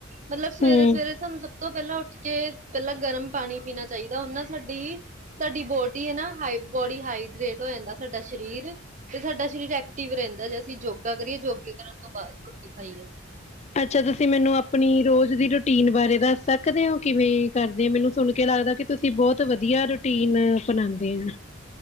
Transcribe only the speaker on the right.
ਮਤਲਬ ਸਵੇਰੇ-ਸਵੇਰੇ
ਸਾਨੂੰ ਸਭ ਤੋਂ ਪਹਿਲਾਂ ਉੱਠ ਕੇ ਪਹਿਲਾਂ ਗਰਮ ਪਾਣੀ ਪੀਣਾ ਚਾਹੀਦਾ ਉਹ ਨਾਲ ਸਾਡੀ ਸਾਡੀ ਬੋਡੀ ਹੇ ਨਾ ਹਾਈ ਬੋਡੀ ਹਾਈਡਰੇਟ ਹੋ ਜਾਂਦਾ ਸਾਡਾ ਸਰੀਰ ਤੇ ਸਾਡਾ ਸਰੀਰ ਐਕਟਿਵ ਰਹਿੰਦਾ, ਜੇ ਅਸੀਂ ਯੋਗਾ ਕਰੀਏ ਯੋਗੇ ਕਰਨ ਤੋਂ ਬਾਅਦ ਰੋਟੀ ਖਾਈਏ।